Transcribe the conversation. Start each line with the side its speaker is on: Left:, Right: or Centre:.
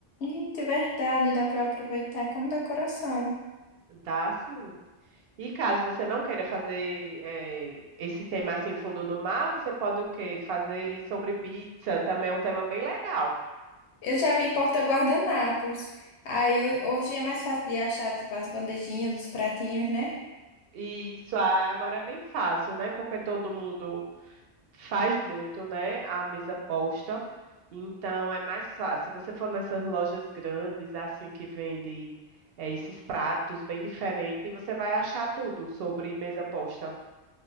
Left: Eita, é verdade, dá para aproveitar como decoração.
Right: Dá, sim. E caso você não queira fazer é, esse tema assim, fundo do mar, você pode o quê? Fazer sobre pizza, também é um tema bem legal.
Left: Eu já vi porta-guardanapos. Aí eu- hoje é mais fácil de achar, tipo, as bandejinhas, os pratinhos, né?
Right: E Isso ah, agora é bem fácil, né? Porque todo mundo faz muito, né? A mesa posta. Então é mais fácil. Se você for nessas lojas grandes, assim, que vende eh, esses pratos bem diferentes, você vai achar tudo sobre mesa posta.